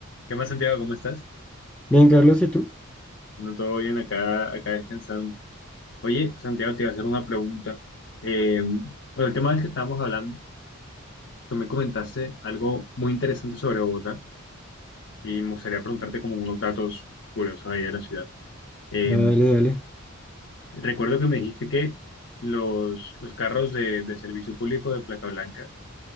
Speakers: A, on the left (about 55°); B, in the centre.
A: ¿Qué más, Santiago? ¿Cómo estás?
B: Bien, Carlos, ¿y tú?
A: No todo bien acá, acá descansando. Oye, Santiago, te iba a hacer una pregunta. Eh, bueno, el tema del que estábamos hablando, tú me comentaste algo muy interesante sobre Bogotá y me gustaría preguntarte como unos datos curiosos ahí de la ciudad. Eh,
B: Dale, dale.
A: recuerdo que me dijiste que los, los carros de, de servicio público de placa blanca